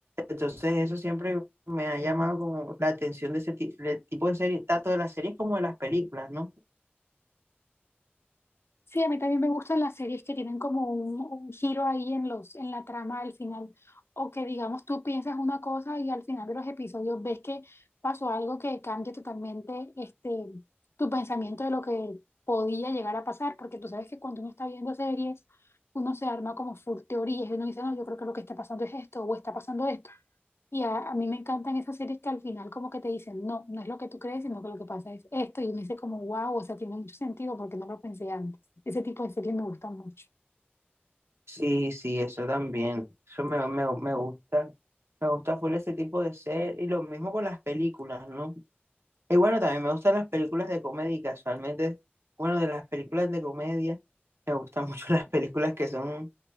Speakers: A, on the right; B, on the left.
A: Entonces eso siempre me ha llamado como la atención de ese ti- del tipo de serie, tanto de las series como de las películas, ¿no?
B: Sí, a mí también me gustan las series que tienen como un, un giro ahí en los, en la trama al final, o que digamos tú piensas una cosa y al final de los episodios ves que pasó algo que cambia totalmente este, tu pensamiento de lo que podía llegar a pasar, porque tú sabes que cuando uno está viendo series, uno se arma como full teorías y uno dice, no, yo creo que lo que está pasando es esto, o está pasando esto. Y a, a mí me encantan esas series que al final como que te dicen, no, no es lo que tú crees, sino que lo que pasa es esto. Y me dice como, wow, o sea, tiene mucho sentido porque no lo pensé antes. Ese tipo de series me gustan mucho.
A: Sí, sí, eso también, eso me, me, me gusta, me gusta full ese tipo de serie y lo mismo con las películas, ¿no? Y bueno, también me gustan las películas de comedia, y casualmente, bueno, de las películas de comedia, me gustan mucho <laughs> las películas que son